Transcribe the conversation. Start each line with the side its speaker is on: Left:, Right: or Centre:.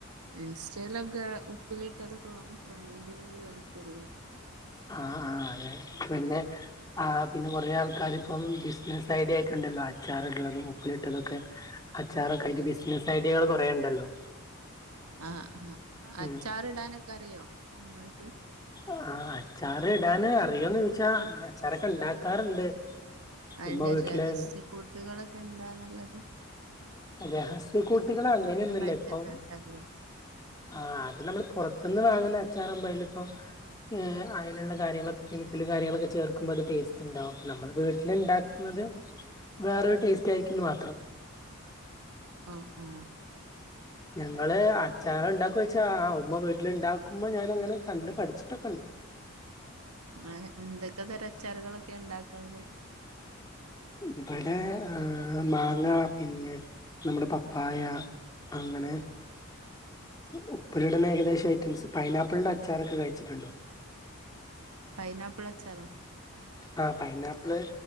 Right: ഇൻസ്റ്റയിലൊക്കെ ഉപ്പിലിട്ടതൊക്ക വാങ്ങി ട്രെൻഡിങ്ങില് കളിക്കല്ലേ
Left: ആഹ് ആഹ് അത് പിന്നെ ആഹ് പിന്ന കൊറെ ആൾക്കാര് ഇപ്പം ബിസ്നസ്സ് ഐഡിയ ആയിട്ടുണ്ടല്ലോ അച്ചാറ്ട്ന്നതും ഉപ്പിലിട്ടതൊക്കെ അച്ചാറൊക്കായിട്ട് ബിസ്നസ്സ് ഐഡിയകള് കൊറേണ്ടല്ലോ
Right: ആഹ് ആഹ് അച്ചാറിടാനൊക്ക
Left: ഉം
Right: അറിയോ നിങ്ങൾക്ക്
Left: ആഹ് അച്ചാറ് ഇടാന് അറിയോന്ന് ചോച്ചാ അച്ചാറെക്കെ ഇണ്ടാക്കാറുണ്ട്
Right: അയിന്റെ
Left: ഉമ്മ വീട്ടില്
Right: രഹസ്യ കൂട്ടുകളൊക്കെ എന്താണന്നുള്ളത്
Left: രഹസ്യ കൂട്ട്കൾ അങ്ങനെയൊന്നുല്ല
Right: ഭയങ്കര
Left: ഇപ്പൊ
Right: രസല്ലേ
Left: ആഹ് അത് നമ്മള് പുറത്ത്ന്ന് വാങ്ങുന്ന അച്ചാറാവുമ്പ അയ്ല് ഇപ്പം ങ് അയിനുള്ള കാര്യങ്ങളൊക്ക കെമിക്കല് കാര്യങ്ങളെക്കെ ചേർക്കുമ്പോ അത് ടെസ്റ്റ് ഇണ്ടാവും പ്പം നമ്മള് വീട്ടില്ണ്ടാ ക്കുന്നത് വേറൊരു ടേസ്റ്റ് ആയിരിക്കൂന്ന് മാത്രം
Right: ഓ ഉം
Left: ഞങ്ങള് അച്ചാറ് ഇണ്ടാക്കൊയ്ച്ച അഹ് ആഹ് ഉമ്മ വീട്ടില് ഇണ്ടാക്കുമ്പ ഞാന് അങ്ങനെ കണ്ട് പഠിച്ചിട്ടൊക്കണ്ട്.
Right: ആഹ് ന് എന്തൊക്കെ തര അച്ചാറുകളൊക്കെയ ഇണ്ടാക്കാറ്
Left: ഇബടെ അ മാങ്ങ പിന്നെ നമ്മുടെ പപ്പായ അങ്ങനെ ഉപ്പിലിടുന്ന ഏകദേശ ഐറ്റംസ് പൈനാപ്പിൾന്റെ അച്ചാറൊക്കെ കഴിച്ചിട്ടുണ്ടോ
Right: പൈനാപ്പിൾ അച്ചാറോ
Left: ആഹ് പൈനാപ്പിള്